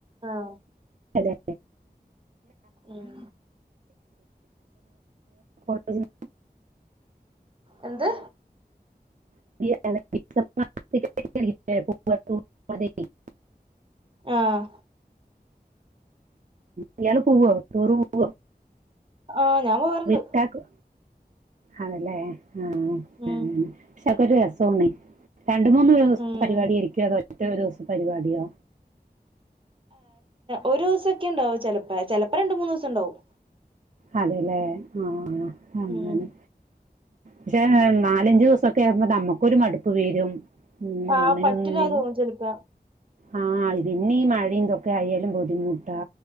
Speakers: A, on the right; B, on the right.
A: ആഹ്
B: അതെ
A: ഉം
B: <unintelligible>
A: എന്ത്
B: <unintelligible>
A: ആഹ്
B: പഇയാള് പോവോ ടൂറ് പോവോ
A: ആഹ് ഞാൻ പോവാറ്ണ്ട്
B: വിട്ടാക്കോ അതല്ലേ ആഹ്
A: ഉം
B: അ പഷെ അഒക്കൊരു രസാണെ രണ്ട് മൂന്ന് ഒരു ദിവസം
A: ഉം
B: പരിപാടി ആയിര്ക്യോ അതോ ഒറ്റ ഒരു ദിവസം പരിപാടിയോ
A: ഒരൂസൊക്കെ ഇണ്ടാവും ചെലപ്പ ചെലപ്പോ രണ്ട് മൂന്നൂസം ഉണ്ടാവും
B: അതെല്ലേ ആഹ് അങ്ങനെ
A: ഉം
B: പഷെ
A: ഉം
B: നാലഞ്ചൂസൊക്കെ ആകുമ്പോ നമ്മക്കൊരു മടുപ്പ് വരും ഉം
A: ആഹ്
B: ഒന്നിനൊന്നിന്
A: പറ്റില്ലതോന്നും ചെല്പ്പ
B: ആഹ് ഇതന്നെ ഈ മഴയുംതൊക്കെ ആയാലും ബുദ്ധിമുട്ടാ